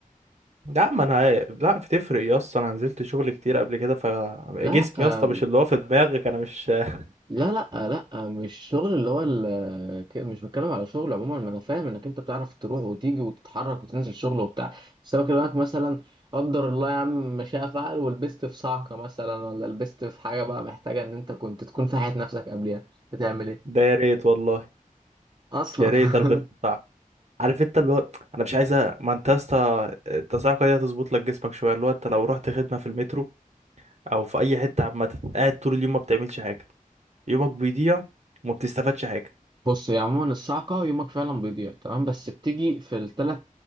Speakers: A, on the right; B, on the right.
A: لا ما انا لا بتفرق يا اسطى انا نزلت شغل كتير قبل كده فجسمي
B: لا لا
A: يا اسطى مش اللي هو في دماغك انا مش <laughs>
B: لا لا لا مش شغل اللي هو ال- ك- مش بتكلم على شغل عموما ما انا فاهم انك انت بتعرف تروح وتيجي وتتحرك وتنزل شغل وبتاع بس انا بكلمك مثلا قدر الله يا عم ما شاء فعل ولبست في صعقه مثلا ولا لبست في حاجه بقى محتاجه ان انت كنت تكون في حياه نفسك قبلها بتعمل ايه
A: ده يا ريت والله
B: اصلا
A: يا ريت
B: <laughs>
A: البس بتاعك عارف انت اللي هو انا مش عايزه ما انت يا اسطى التصاعقه دي هتظبط لك جسمك شويه اللي هو انت لو رحت خدمه في المترو او في اي حته عامه قاعد طول اليوم ما بتعملش حاجه يومك بيضيع وما بتستفادش حاجه
B: بص هي عموما الصعقه يومك فعلا بيضيع تمام بس بتيجي في الثلاث